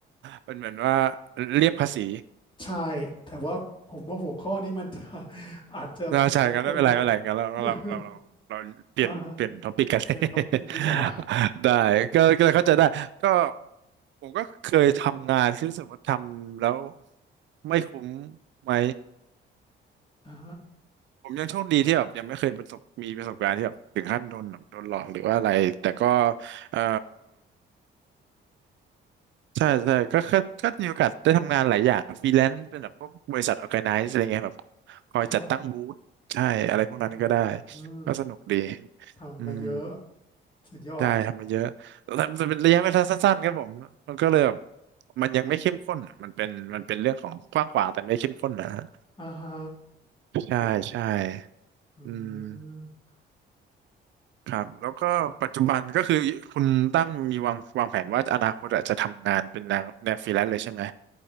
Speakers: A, on the right; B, on the left.
A: เป็นเหมือนว่าเลี่ยงภาษี
B: ใช่ แต่ว่าผมว่าหัวข้อนี้มันจะ <laughs> อาจจะเป็นลบไปหน่อย
A: เราใช่กันไม่เป็นไรไม่เป็นไรกันเราเราเราเราเราเปลี่ยนเปลี่ยนท็อปิกกัน
B: <laughs> ครัอ่า <laughs> เปียนท็อปิกดีกว่า
A: <laughs> ได้ก็ก็เลยเข้าใจได้ก็ผมก็เคยทำงานที่รู้สึกว่าทำแล้วไม่คุ้มไหม
B: <laughs> อ่า
A: ผมยังโชคดีที่แบบยังไม่เคยประสบมีประสบการณ์ที่แบบถึงขั้นโดนแบบโดนหลอกหรือว่าอะไรแต่ก็เอ่อ ใช่ใช่ก็ก็ก็มีโอกาสได้ทำงานหลายอย่างฟรีแลนซ์เป็นแบบพวกบริษัทออร์แกไนซ์อะไรเงี้ยแบบคอยจัดตั้งบูธใช่อะไรพวกนั้นก็ได้
B: ครับอืมอืม
A: ก็สนุกดี
B: ทำมาเยอะ
A: อืม
B: สุดยอด
A: ได้ทำมาเยอะแต่แต่เป็นระยะเวลาสั้นๆครับผมมันก็เลยแบบมันยังไม่เข้มข้นอะมันเป็นมันเป็นเรื่องของกว้างขวางแต่ไม่เข้มข้นนะฮะ
B: อ่าฮะ
A: ใช่ใช่
B: อืมอื
A: อืม
B: ม
A: ครับแล้วก็ปัจจุบันก็คือคุณตั้มมีวางวางแผนว่าอนาคตอะจะทำงานเป็นแนวแนวฟรีแลนซ์เลยใช่ไหม
B: ครับ